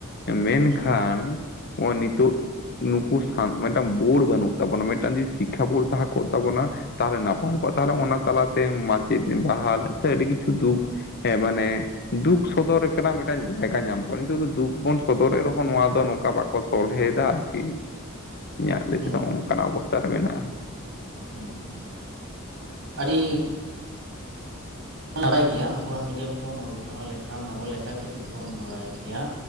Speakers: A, on the left; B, on the right.
A: ᱢᱮᱱᱠᱷᱟᱱ
B: ᱦᱩᱸ
A: ᱦᱚᱜᱚᱭ ᱱᱤᱛᱚᱜ ᱱᱩᱠᱩ ᱥᱟ ᱢᱟᱱᱮ ᱢᱤᱫᱴᱟᱝ ᱵᱳᱨᱲ ᱵᱟᱹᱱᱩᱜ ᱛᱟᱵᱚᱱᱟ ᱢᱤᱫᱴᱟᱝ ᱡᱩᱫᱤ ᱥᱤᱠᱷᱟ ᱵᱳᱨ ᱛᱟᱦᱮᱸ ᱠᱚᱜ ᱛᱟᱵᱚᱱᱟ᱾ ᱛᱟᱦᱚᱞᱮ ᱱᱟᱯᱟᱭ ᱠᱚᱜᱼᱟ ᱛᱟᱦᱚᱞᱮ ᱚᱱᱟ ᱛᱟᱞᱟᱛᱮ ᱢᱟᱪᱮᱫ ᱵᱟᱦᱟᱞ ᱥᱮ ᱟᱹᱰᱤ ᱠᱤᱪᱷᱩ ᱫᱩᱠ ᱾ ᱦᱮᱸ ᱢᱟᱱᱮ ᱫᱩᱠ ᱥᱚᱫᱚᱨ ᱠᱟᱱᱟ ᱢᱤᱫᱴᱟᱝ ᱡᱟᱭᱜᱟ ᱧᱟᱢ ᱠᱚᱣᱟ ᱱᱤᱛᱚᱜ ᱫᱚ ᱫᱩᱠ ᱵᱚᱱ ᱥᱚᱫᱚᱨᱮᱫ ᱨᱮᱦᱚᱸ ᱱᱚᱣᱟ ᱫᱚ ᱱᱚᱝᱠᱟ ᱵᱟᱠᱚ ᱥᱚᱞᱦᱮᱭᱮᱫᱟ ᱟᱨᱠᱤ ᱤᱧᱟᱹᱜ ᱞᱮᱟᱹᱭ
B: ᱦᱩᱸ
A: ᱛᱮᱫᱚ
B: ᱦᱩᱸ
A: ᱚᱱᱠᱟᱱᱟᱜ ᱚᱵᱚᱥᱛᱟ ᱨᱮ ᱢᱮᱱᱟᱜᱼᱟ ᱾
B: ᱦᱩᱸ ᱦᱩᱸ ᱟᱹᱰᱤ ᱱᱟᱯᱟᱭ ᱜᱮᱭᱟ ᱟᱵᱚᱣᱟᱜ ᱢᱤᱰᱤᱭᱟᱢ ᱛᱮᱵᱚᱱ ᱚᱞ ᱯᱟᱲᱦᱟᱣ ᱞᱮᱠᱷᱟᱱ ᱟᱵᱚ ᱞᱮᱠᱟᱛᱮ ᱡᱩᱫᱤ ᱵᱚᱱ ᱵᱟᱲᱟᱭ ᱠᱮᱭᱟ᱾